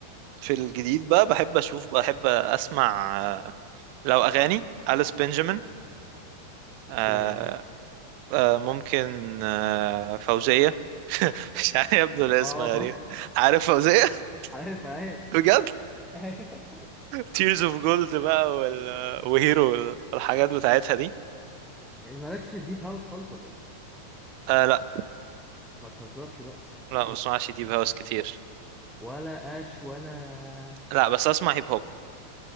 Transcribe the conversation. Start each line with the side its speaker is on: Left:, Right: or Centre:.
Right: في الجديد بقى بحب اشوف بحب اسمع آه، لو اغاني أليس بنجامين
Centre: اوكي
Right: آه،
Centre: اه
Right: آه، ممكن آه، فوزية <laughs> مش عارف يبدو الاسم
Centre: اه
Right: غريب
Centre: ف...
Right: عارف فوزية
Centre: <laughs> عارف ايوه
Right: <laughs> بجد
Centre: ايوه
Right: تيرز اوف جولد بقى وال... وهيرو وال- والحاجات بتاعتها دي
Centre: مالكش في الديب هاوس خالص ولا ايه
Right: آه لا
Centre: ما تهزرش بقى
Right: لا ما بسمعش ديب هاوس كتير
Centre: ولا اش ولا
Right: لا بس اسمع هيب هوب